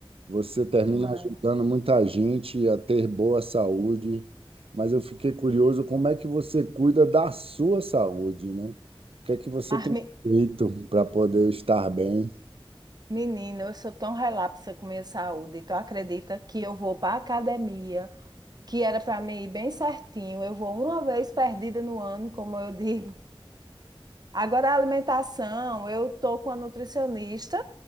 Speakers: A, on the right; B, on the right.
A: Você termina
B: demais.
A: ajudando muita gente a ter boa saúde, mas eu fiquei curioso como é que você cuida da sua saúde, né? O que é que você
B: Mas,
A: tem
B: me-
A: feito para poder estar bem?
B: menina, eu sou tão relapsa com minha saúde. Tu acredita que eu vou para academia, que era para mim ir bem certinho. Eu vou uma vez perdida no ano, como eu digo. Agora a alimentação, eu tô com a nutricionista.